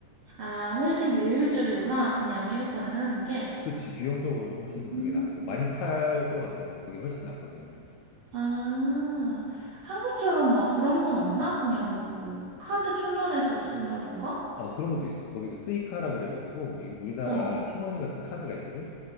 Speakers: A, on the right; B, on the left.
A: 아, 훨씬 그게 효율적이구나. 그냥 이륙권에 사는 게.
B: 그치. 비용적으로도 훨씬 그게
A: 음.
B: 낫고 많이 탈 것 같으면 그게 훨씬 낫거든.
A: 아, 한국처럼 막 그런 건 없나? 그냥 뭐, 카드 충전해서 쓴다던가?
B: 어, 그런 것도 있어. 거기도 스이카라 그래가지고 이 우리나라
A: 어,
B: 티머니 같은 카드가 있거든.